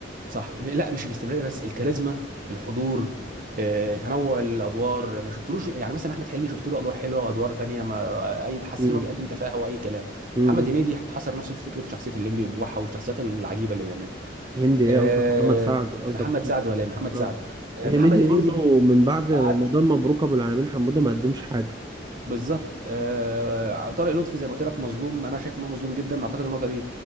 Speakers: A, on the right; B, on the right.
A: صح م- لا مش الاستمراريه بس الكاريزما الحضور آه، تنوع الادوار ما شفتلوش يعني مثلا احمد حلمي شفت له ادوار حلوه ادوار تانية ما اي حسيت
B: امم
A: انه بيقدم تفاهه واي كلام
B: امم
A: محمد هنيدي حصر نفسه في فكره شخصيه الليمبي وبوحه والشخصيات العجيبه اللي بيعملها
B: هندي ايه
A: آه،
B: قصدك محمد سعد قصدك
A: محمد
B: محمد
A: سعد ولا إيه؟ محمد
B: اه
A: سعد آه،
B: هنيدي
A: محمد هنيدي
B: برضو من بعد رمضان
A: قعد
B: مبروك ابو العالمين حموده ما قدمش حاجة
A: بالظبط آه، طارق لطفي زي ما قلت لك مظلوم انا شايف ان هو مظلوم جدا اعتقد ان هو كان ي-